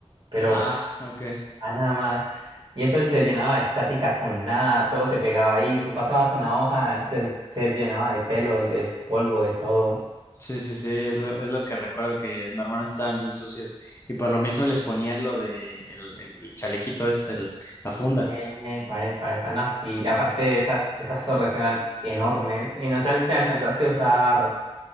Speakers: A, on the right; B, on the left.
A: pero
B: ah, ok.
A: para nada más. Y eso se llenaba de estática con nada, todo se pegaba ahí. Tú pasabas una hoja, te- se llenaba de pelos, de polvo, de todo.
B: Sí, sí, sí, es lo, es lo que recuerdo que normalmente estaban bien sucios. Y por lo mismo les ponían lo de el, el chalequito este, el- la funda.
A: Epa, epa, epa. No, sí, y aparte esas, esas torres eran enormes. Y no sé si alcanzaste a usar